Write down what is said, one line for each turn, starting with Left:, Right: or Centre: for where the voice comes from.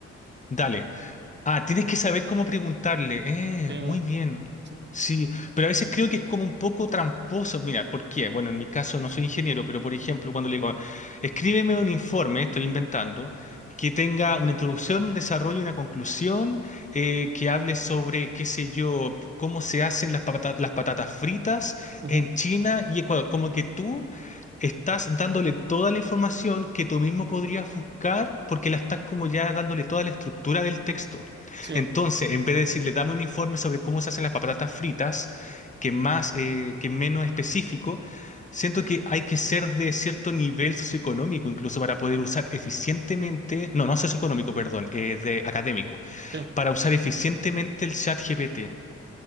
Left: Dale, Ah, tienes que saber cómo preguntarle.
Right: Sí,
Left: Eh, muy bien.
Right: sí,
Left: Sí, pero a veces creo que es como un poco tramposo. Mira, ¿por qué? Bueno, en mi caso no soy ingeniero, pero por ejemplo, cuando le digo, escríbeme un informe, estoy inventando, que tenga una introducción, un desarrollo, y una conclusión, eh, que hable sobre, qué sé yo, cómo se hacen las patata- las patatas fritas
Right: ujú,
Left: en China y Ecuador. Como que tú estás dándole toda la información que tú mismo podrías buscar porque la estás como ya dándole toda la estructura del texto.
Right: sí,
Left: Entonces, en vez de decirle, dame un informe sobre cómo se hacen las patatas fritas, que más, eh, que menos específico, siento que hay que ser de cierto nivel socioeconómico, incluso para poder usar eficientemente, no, no socioeconómico, perdón, eh, de académico,
Right: sí.
Left: para usar eficientemente el chat GPT.